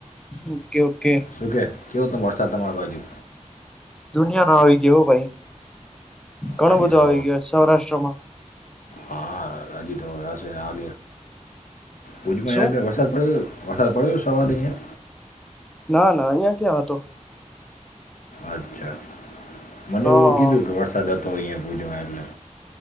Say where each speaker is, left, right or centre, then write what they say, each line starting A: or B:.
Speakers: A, in the centre; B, on the left.
A: ઓકે ઓકે
B: શકે કેવો ત વરસાદ તમારી બાજુ
A: દુનિયા નો આવી ગયો હો ભાઈ ઘણું
B: હજી
A: બધું
B: તો
A: આવી ગયયો સૌરાષ્ટ્રમાં
B: હા રાજી આ ભુજમાં
A: શું
B: આે વરસાદ પડે વસાદ પડ્યો સવા દહીં
A: ના ના અહિયાં ક્યાં હતો
B: અચ્છા મને
A: હા
B: એવું કીધું કે વરસાદ હતોય અહીંયા ભુજમાં એટલે